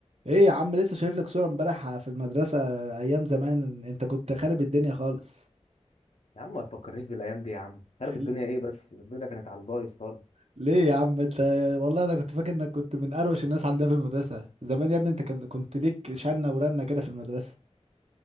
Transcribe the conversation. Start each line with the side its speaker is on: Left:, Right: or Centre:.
Right: ايه يا عم لسه شايف لك صورة امبارح في المدرسة ايام زمان انت كنت خارب الدنيا خالص
Left: يا عم ما تفكرنيش بالايام دي يا عم خرب
Right: <laughs>
Left: الدنيا ايه بس الدنيا كانت على البايظ خالص
Right: ليه يا عم انت والله انا كنت فاكر انك كنت من اروش الناس عندها في المدرسة زمان يا ابني انت كان- كنت ليك شنة ورنة كده في المدرسة